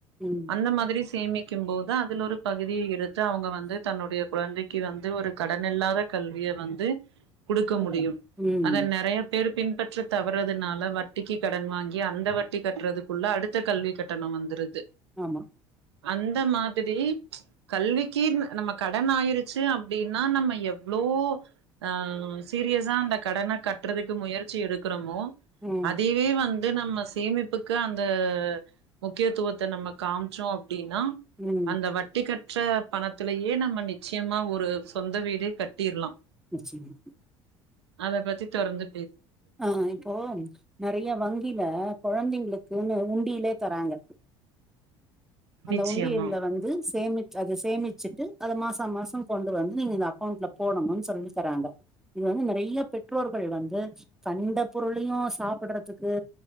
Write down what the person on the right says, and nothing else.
அந்த மாதிரி சேமிக் க்கும் போது அதுல ஒரு பகுதியை எடுத் து அவ்ங்க வந்து தன்னுடைய குழந்தை க்கு வந்து ஒரு கடன் இல்லாத கல்விய வந்து கொடுக்க
முடியும்
அத நெறைய பேரு பின்பற்ற தவற்றதுனால வட்டிக்கு கடன் வாங்கி அந்த வட்டி கட்றதுக்குள்ள அடுத்த கல்வி கட்டண வந்துருது
அந்த மாதிரி கல்விக்கு நம்ம கடன் ஆயிருச்சு அப்டின்னா நம்ம எவ்ளோ அஹ் சீரியசா அந்த கடன கட்றதுக்கு முயற்சி எடுக்கிறமோ
அதவே வந் இது நம்ம சேமிப்புக்கு அந்த முக்கியத்துவத்தை நம்ம காமிச்சோம் அ ப்படின்னா
அந்த வட்டிக்கட்ட ற்ற பணத்திலயே நம்ம நிச்சயமா ஒரு சொந்த வீடே கட்டிலாம்
அத பத்தி தொறந்து
நிச்சயமா